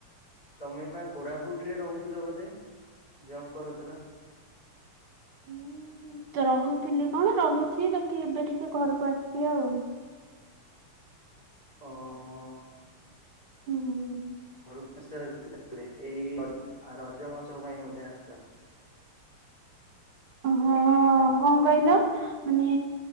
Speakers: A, on the left; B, on the right.
A: ତମେ ପା କୋରାପୁଟ୍ ରେ ରହୁଥୁଲ ବୋଧେ? ଜବ୍ କରୁଥିଲ।
B: ହୁଁ। ହୁଁ ମୁଁ ତ ରହୁଥିଲି କଣ ରହୁଛି ବାକି ଏବେ ଟିକେ ଘରକୁ ଆସିଚି ଆଉ।
A: ଓ ହଁ।
B: ଉଁ ହୁଁ।
A: ଘରକୁ ଆସିଚ ଭାରି ତାହେଲେ। ଏଇ ରଜ୍ ଆ ରଜ ମହୋତ୍ସବ ପାଇଁ ବୋଧେ ଆସିଚ?
B: ହଁ
A: ହାରୋ
B: କଣ କହିଲ? ମାନେ